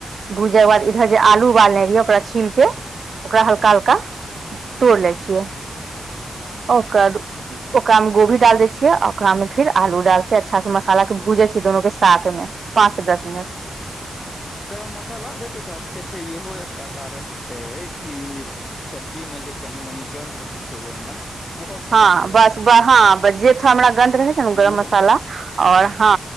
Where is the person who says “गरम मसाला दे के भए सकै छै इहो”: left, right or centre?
Left